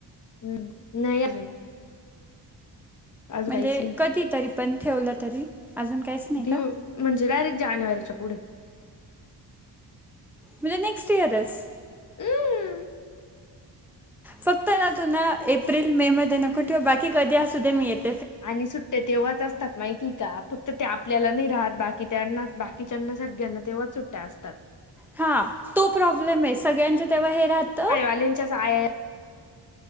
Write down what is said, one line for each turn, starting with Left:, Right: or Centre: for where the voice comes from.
Left: हम्म. नाही अजून. अजून
Centre: म्हणजे
Left: काहीच नाही
Centre: कधी तरी पण ठेवलं तरी. अजून काहीच नाही
Left: दिव,
Centre: का
Left: म्हणजे डायरेक्ट जानेवारीच्या पुढे.
Centre: म्हणजे नॅक्स्ट इयरस.
Left: अम.
Centre: फक्त ना. तु ना. एप्रिल मे मध्ये नको ठेंवू. बाकी कधी असू दे मी येत.
Left: आणि सुट सुट्ट्या तेव्हाच असतात. माहितीय का? फक्त ते आपल्याला नाही राहात. बाकी त्यांनाच बाकीच्यांना सगळ्यांना सगळ्यांना तेव्हाच सुट्ट्या असतात.
Centre: हा. तो प्रॉब्लेमे. सगळ्यांच तेव्हा हे राहतं.
Left: लेंच्याच आ. <unintelligible>